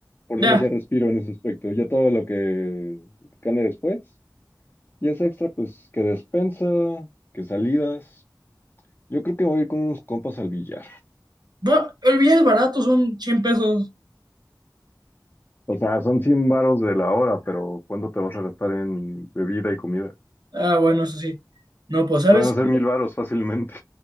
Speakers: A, on the left; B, on the right.
A: por lo
B: Ya.
A: menos ya respiro en ese aspecto. Ya todo lo que gane después. Y es extra, pues, que despensa, que salidas. Yo creo que voy a ir con unos compas al billar.
B: Bueno, no, el billete barato son 100 pesos.
A: O sea, son 100 varos de la hora, pero ¿cuánto te vas a gastar en bebida y comida?
B: Ah, bueno, eso sí. No, pues, ¿sabes
A: Van a
B: qué?
A: ser mil varos fácilmente.